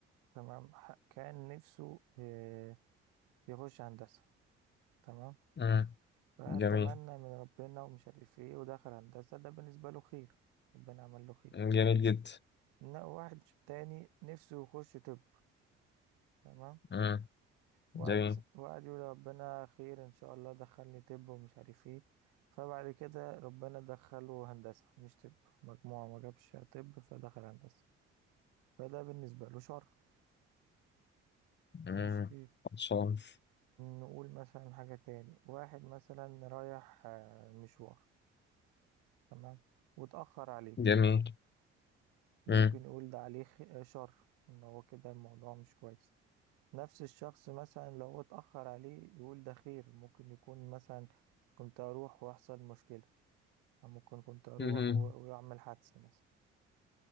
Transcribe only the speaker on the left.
مم.
جميل
جميل جدا
مم.
جميل
مم.
خلصان
جميل
مم.
مهم.